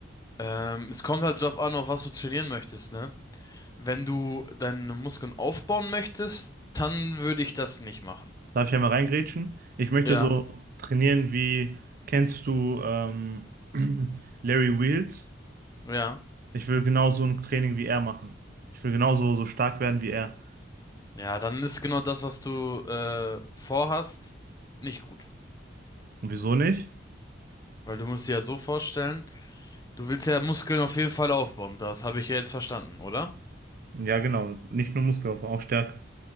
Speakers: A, on the left (about 20°); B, on the right (about 50°).
A: Ähm, es kommt halt drauf an, auf was du trainieren möchtest, ne? Wenn du deine Muskeln aufbauen möchtest, dann würde ich das nicht machen.
B: Darf ich einmal reingrätschen? Ich möchte
A: Ja,
B: so trainieren wie, kennst du ähm, <clears throat> Larry Wheels?
A: ja.
B: Ich will genau so ein Training wie er machen. Ich will genauso so so stark werden wie er.
A: Ja, dann ist genau das, was du äh, vorhast, nicht gut.
B: Und wieso nicht?
A: Weil du musst dir ja so vorstellen, du willst ja Muskeln auf jeden Fall aufbauen. Das habe ich ja jetzt verstanden, oder?
B: Ja, genau. Nicht nur Muskelaufbau, auch Stärke.